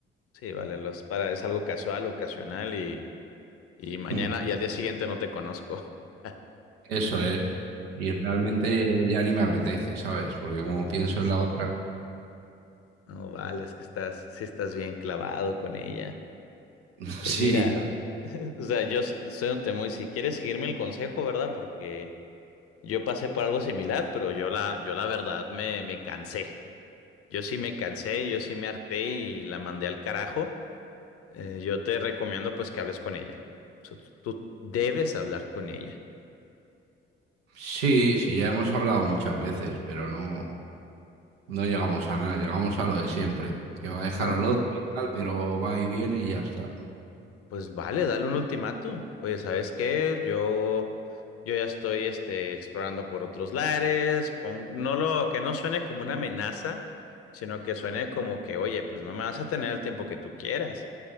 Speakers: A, on the left; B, on the right.
A: Sí, vale, los para, es algo casual, ocasional y, y mañana
B: Mm.
A: y al día siguiente no te conozco. <laughs>
B: Eso es. Y realmente ya ni me apetece, ¿sabes? Porque como pienso
A: Sí.
B: en la otra,
A: No, vale, es que estás, sí estás bien clavado con ella.
B: <laughs>
A: Pues
B: sí,
A: mira, <laughs> o sea, yo s- soy un temo y si quieres seguirme el consejo, ¿verdad? Porque Yo pasé por algo similar, pero yo la, yo la verdad me, me cansé. Yo sí me cansé, yo sí me harté y la mandé al carajo. Eh, yo te recomiendo pues que hables con ella. O sea, tú, tú debes hablar con ella.
B: sí, sí, ya hemos hablado muchas veces, pero no, no llegamos a nada. Llegamos a lo de siempre, que va a dejar
A: No,
B: al otro y tal, pero va y viene y ya está.
A: pues vale, dale un ultimátum. Oye, ¿sabes qué? Yo, yo ya estoy este, explorando por otros lares. Pon- no lo, que no suene como una amenaza, sino que suene como que, oye, pues no me vas a tener el tiempo que tú quieras.